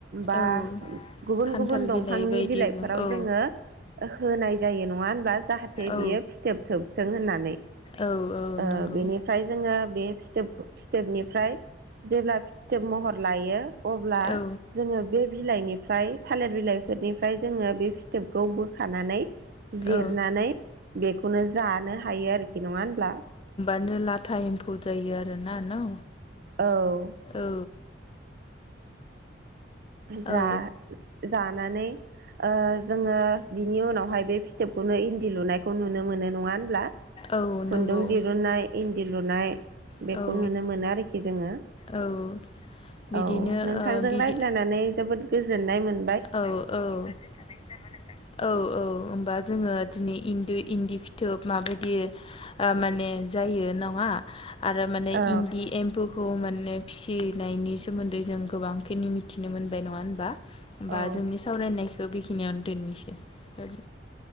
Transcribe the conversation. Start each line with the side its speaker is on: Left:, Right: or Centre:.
Right: बा
Left: औ
Right: उ गुबुन
Left: खान्थाल
Right: गुबुन दंफांनि
Left: बिलाइ बायदि
Right: बिलाइफोराव
Left: बुं औ
Right: जोङो ओ होनाय जायो नङा होनब्ला जाहाथे
Left: औ
Right: बियो फिथोब थोबथों होननानै
Left: औ औ
Right: ओ
Left: नंगौ
Right: बेनिफ्राय जोङो बे फिथोब खो फिथोबनिफ्राय जेब्ला फिथोब महर लायो अब्ला
Left: औ
Right: जोङो बे बिलाइनिफ्राय थालेर बिलाइफोरनिफ्राय जोङो बे फिथोबखौ बोखानानै जिरनानै
Left: औ
Right: बेखौनो जानो हायो आरोखि नङा होनब्ला?
Left: दिनो लाथा एम्फौ जायो आरोना न
Right: औ
Left: औ
Right: जा
Left: औ
Right: ओ जानानै ओ जोङो बिनि उनावहाय बे फिथोबखौनो इन्दि लुनायखौ नुनो मोनो नङा होनब्ला?
Left: औ
Right: खुन्दुं
Left: नंगौ
Right: दिरुनाय इन्दि लुनाय
Left: औ
Right: बेखौ नुनो मोनो आरोखि जोङो।
Left: औ बिदिनो
Right: औ नोंथांजों
Left: ओ बिदि
Right: रायज्लायनानै जोबोद गोजोननाय मोन
Left: औ औ होनबा <unintelligible> दोनथ'दोनिसै नामा नोंथां? औ औ ओमबा जोङो दिनै इन्दि इन्दि फिथोब माबायदि ओ माने जायो नङा आरो माने
Right: औ
Left: इन्दि एम्फौ खौ माने फिसिनायनि सोमोन्दै जों गोबांखिनि मिथिनो मोनबाय नङा होनबा? ओमबा
Right: औ
Left: जोंनि सावरायनायखौ बेखिनियावनो दोननोसै‌ ओज